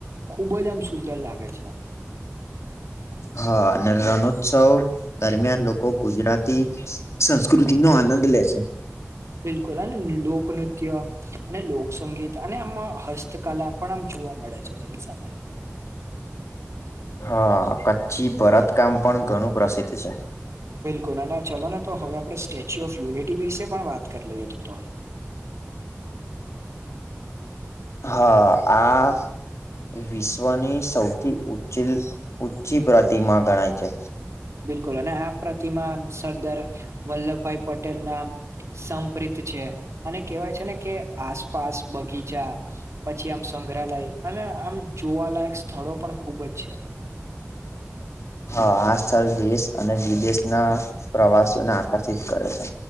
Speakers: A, on the right (about 70°); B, on the left (about 70°).
A: ખુબ જ આમ સુંદર લાગે છે એમ
B: હા અને રણોત્સવ દરમિયાન લોકો ગુજરાતી સંસ્કૃતિ નો આનંદ લે છે.
A: બિલકુલ હ લોક નૃત્ય અને લોકસંગીત અને આમ હસ્તકલા પણ આમ જોવા મળે છે તેની સાથે
B: હા કચ્છી ભરત કામ પણ ઘણું પ્રસિદ્ધ છે.
A: બિલકુલ અને ચલો ને તો હવે આપણે સ્ટેચ્યુ ઓફ યુનિટી વિશે પણ વાત કરી લઈએ તો તો
B: હા આ વિશ્વની સૌથી ઉ ઊંચી પ્રતિમા ગણાય છે.
A: બિલકુલ અને આ પ્રતિમા સરદાર વલ્લભભાઈ પટેલ ના સંપ્રિત છે અને કહેવાય છે ને કે આસપાસ બગીચા પછી આમ સંગ્રહાલય અને આમ જોવાલાયક સ્થળો પણ ખુબ જ છે.
B: હા આ સ્થળ દેશ અને વિદેશના પ્રવાસીઓને આકર્ષિત કરે છે.